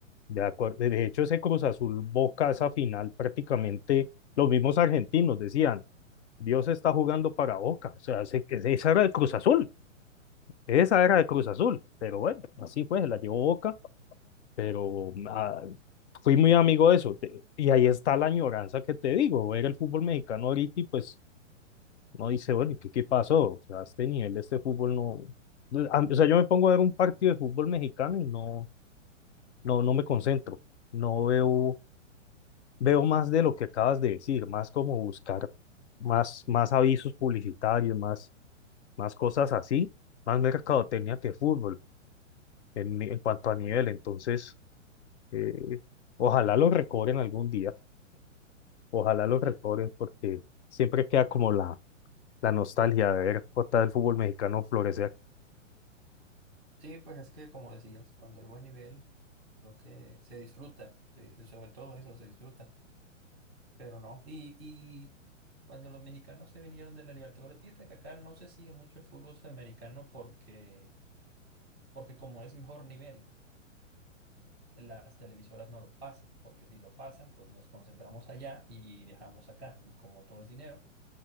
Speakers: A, on the left (about 60°); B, in the centre.
A: de acuerdo. De hecho, ese Cruz Azul Boca, esa final, prácticamente los mismos argentinos decían, Dios está jugando para Boca, o sea, ese- ese- esa era de Cruz Azul, esa era de Cruz Azul, pero bueno, así fue, se la llevó Boca, pero ah, fui muy amigo de eso, te- y ahí está la añoranza que te digo, ver el fútbol mexicano ahorita y pues no dice, bueno, ¿y qué, qué pasó? O sea, a este nivel de este fútbol no... pues, a- O sea, yo me pongo a ver un partido de fútbol mexicano y no, no, no me concentro. No veo, veo más de lo que acabas de decir, más como buscar más, más avisos publicitarios, más, más cosas así, más mercadotecnia que fútbol en, ni- en cuanto a nivel. Entonces, eh, ojalá lo recobren algún día, ojalá lo recobren
B: Ya.
A: porque siempre queda como la, la nostalgia de ver otra vez el fútbol mexicano florecer.
B: Sí, pues es que como decías, cuando hay buen nivel, lo que se disfruta, eh, sobre todo eso se disfruta, pero no. Y, y cuando los mexicanos se vinieron de la Libertadores, fíjate que acá no se sigue mucho el fútbol sudamericano porque, porque como es mejor nivel, las televisoras no lo pasan, porque si lo pasan, pues nos concentramos allá y dejamos acá, y como todo es dinero.